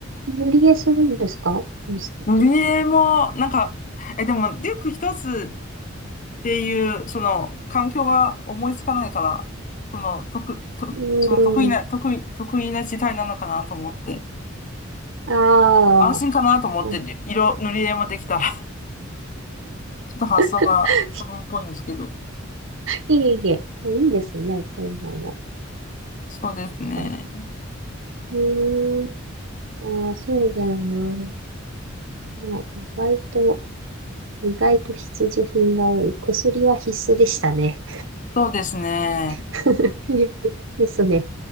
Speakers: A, on the right; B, on the left.
A: 塗り絵するんですかゆいさんって。
B: 塗り絵も、なんか、え、でも、リュック一つっていう、その、環境が思いつかないから、その、得、と、
A: うーん。
B: その得意な、得意、得意な事態なのかなと思って、
A: ああ。
B: 安心かなと思って、
A: うん
B: 色、塗り絵もできた。ちょっと発想が子供っぽいんですけど。
A: <laughs> いえいえ。あいいですね。そういうのも。
B: そうですね。
A: 確かに。うーん。ああ、そうだよな。まあ、意外と、意外と必需品が多い。薬は必須でしたね。
B: そうですね。
A: <laughs> ですね。